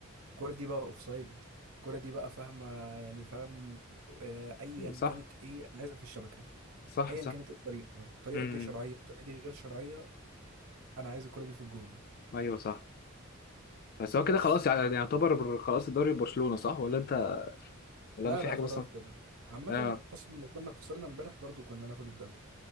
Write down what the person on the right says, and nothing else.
الكرة دي بقى اوفسايد الكرة دي بقى فاهمة يعني فاهم آه، ايا
كانت ايه انا عايزها في الشبكة
ايا
كانت إيه الطريقة الطريقة
دي شرعية الطريقة دي غير شرعية انا عايز الكرة دي في الجون
بس
لا
لا
خلاص
كده عامة
اصلا لو كنا خسرنا امبارح برضو كنا ناخد الدوري